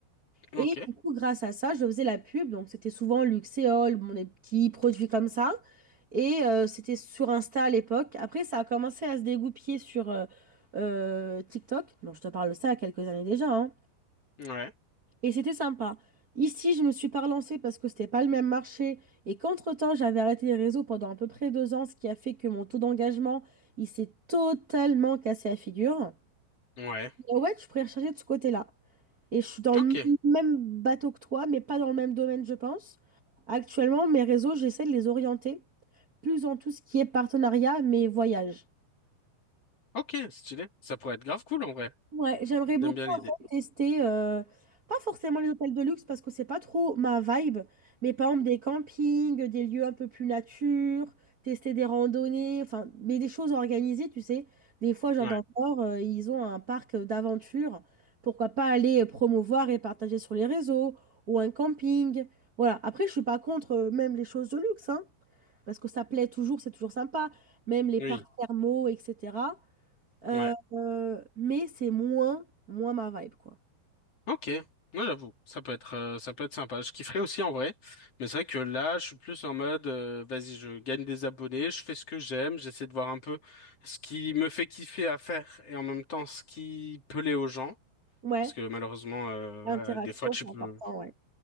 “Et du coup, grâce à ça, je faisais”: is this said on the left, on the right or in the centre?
Right